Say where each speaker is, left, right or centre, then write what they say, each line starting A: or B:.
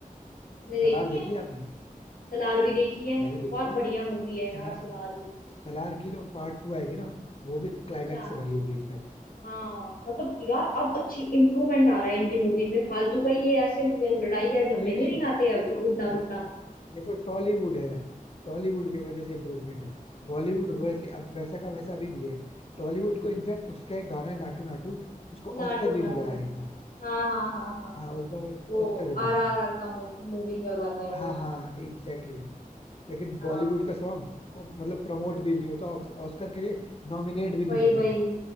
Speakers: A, on the left (about 75°); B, on the left (about 45°).
A: मैंने
B: सलार
A: देखी है
B: देखी है आपने
A: सलार भी देखी है
B: मैंने देखी
A: बहुत
B: है
A: बढ़िया मूवी है यार
B: सलार
A: सलार भी
B: सलार की जो पार्ट टू आएगी ना वो भी क्लाइमैक्स
A: अच्छा
B: से भरी होगी इनफैक्ट
A: हाँ मतलब यार अब अच्छी इम्प्रूवमेंट आ रहा है इनकी मूवीज में फालतू का ये ऐसे लड़ाई या झगड़े
B: नहीं नहीं
A: नहीं दिखाते अब
B: ये तो
A: उड़ना
B: ये
A: बुड़ना
B: तो ये तो टॉलीवुड है टॉलीवुड की वजह से इम्प्रूवमेंट है बॉलीवुड
A: हाँ
B: वैसे अब वैसा का वैसा अभी भी है टॉलीवुड को इनफैक्ट उसका एक गाना है नाटू नाटू उसको
A: नाटू
B: ऑस्कर भी
A: नाटू
B: मिला है इस बार
A: हाँ हाँ हाँ हाँ
B: हाँ उस बार
A: वो
B: ऑस्कर भी मिला
A: आर आर
B: था
A: आर का मूवी का गाना है वो
B: हाँ हाँ एग्जैक्टली लेकिन बॉलीवुड
A: हाँ
B: का सॉन्ग मतलब प्रमोट भी नहीं होता ऑस्कर के लिए नॉमिनेट भी नहीं
A: वही
B: होता
A: वही
B: वो